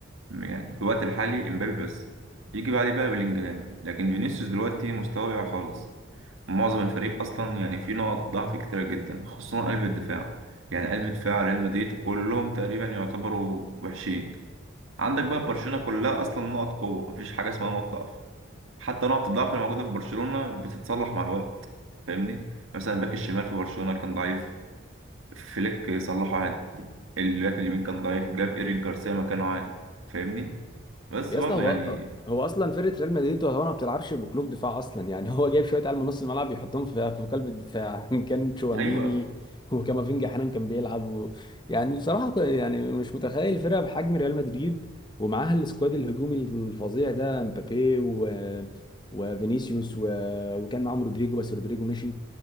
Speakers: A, on the right; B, on the left.
A: يعني الوقت الحالي مبابي بس يجي بعديه بقى بلينجهام لكن فينيسيوس دلوقتي مستواه واقع خالص معظم الفريق اصلا يعني فيه نقط ضعف كتيره جدا خصوصا قلب الدفاع يعني قلب دفاع ريال مدريد كلهم تقريبا يعتبروا وحشين عندك بقى برشلونه كلها اصلا نقط قوه مفيش حاجه اسمها نقط ضعف حتى نقط الضعف الموجوده في برشلونه بتتصلح مع الوقت فاهمني مثلا باك الشمال في برشلونه كان ضعيف فليك صلحه عادي الباك اليمين كان ضعيف جاب إيريك جارسيا مكانه عادي فاهمني بس
B: يا
A: برضو
B: اسطى هو
A: يعني
B: هو اصلا فرقه ريال مدريد هو ما بتلعبش بقلوب دفاع اصلا يعني هو جايب شويه عيال من نص الملعب يحطهم في في قلب الدفاع <laughs> كان تشواميني
A: أيوه
B: وكامافينجا احيانا كان بيلعب و... يعني بصراحه ك- يعني مش متخيل فرقه بحجم ريال مدريد ومعاها السكواد الهجومي الفظيع ده مبابي و... وفينيسيوس و... وكان معاهم رودريجو بس رودريجو مشي